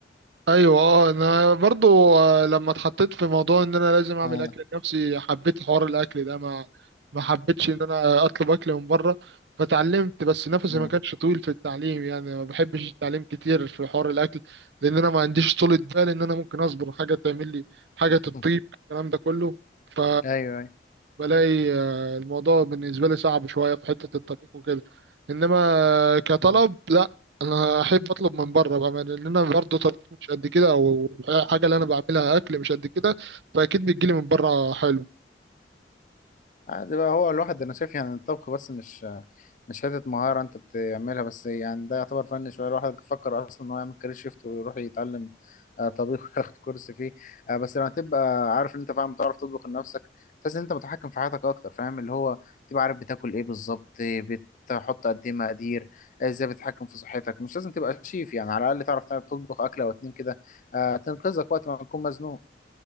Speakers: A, on the right (about 70°); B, on the left (about 45°).
A: ايوه اه انا برضو آه، لما اتحطيت في موضوع ان انا لازم اعمل
B: اه
A: اكل لنفسي حبيت حوار الاكل ده ما ما حبيتش ان انا اطلب اكل من بره فتعلمت بس نفسي
B: اه
A: ما كانش طويل في التعليم يعني ما بحبش التعليم كتير في حوار الاكل لان انا ما عنديش طولة بال ان انا ممكن اصبر حاجه تعمل لي حاجه
B: <laughs>
A: تطيب الكلام ده كله ف
B: ايوه
A: بلاقي آه، الموضوع بالنسبة لي صعب شوية في حتة الطبيخ وكده إنما آه، كطلب
B: ايوه
A: لا أنا أحب أطلب من بره بقى لأن أنا برضه طبيخ مش قد كده أو الحاجة اللي أنا بعملها أكل مش قد كده فأكيد بتجيلي من بره حلو
B: عادي بقى هو الواحد انا شايف يعني الطبخ بس مش مش حته مهاره انت بتعملها بس يعني ده يعتبر فن شويه الواحد فكر اصلا ان هو يعمل كارير شيفت ويروح يتعلم آه، طبيخ <laughs> وياخد كورس فيه آه، بس لما تبقى عارف ان انت فعلا بتعرف تطبخ لنفسك تحس ان انت متحكم في حياتك اكتر فاهم اللي هو تبقى عارف بتاكل ايه بالظبط آه، بتحط قد ايه مقادير آه، ازاي بتتحكم في صحتك مش لازم تبقى شيف يعني على الاقل تعرف تطبخ اكله او اتنين كده آه، تنقذك وقت ما تكون مزنوق